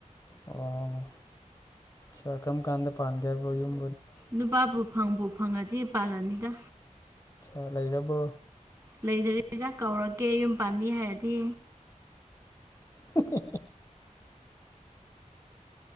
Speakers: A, on the left; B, on the right.
A: ꯑꯣ ꯀꯔꯝ ꯀꯥꯟꯗ ꯄꯥꯟꯒꯦ ꯍꯥꯏꯕ ꯌꯨꯝ
B: ꯅꯨꯄꯥꯕꯨ ꯐꯪꯕꯨ ꯐꯪꯉꯗꯤ ꯄꯥꯜꯂꯅꯤꯗ
A: ꯑ ꯂꯩꯔꯕꯣ
B: ꯂꯩꯗꯔꯤꯗ ꯀꯧꯔꯀꯦ ꯌꯨꯝ ꯄꯥꯟꯕꯤ ꯍꯥꯏꯔꯗꯤ
A: ꯑꯣ